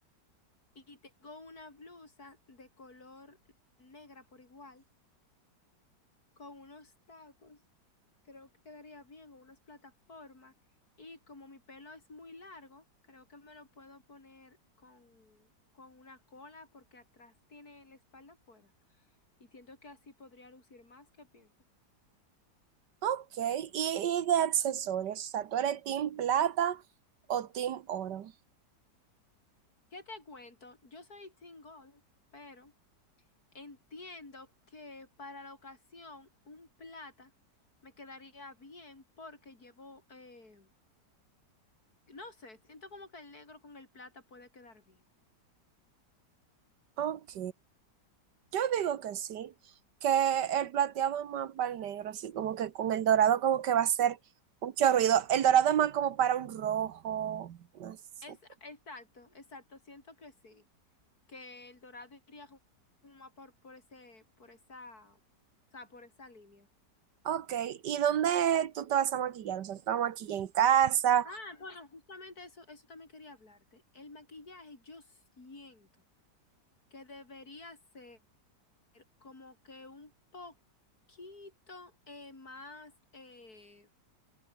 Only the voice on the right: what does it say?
Ok, y, y de accesorios, o sea, ¿tú eres team plata o team oro?
Ok, yo digo que sí, que el plateado es más para el negro, así como que con el dorado como que va a ser mucho ruido. El dorado es más como para un rojo, un azul.
Ok, ¿y dónde tú te vas a maquillar? O sea, ¿tú te vas a maquillar en casa?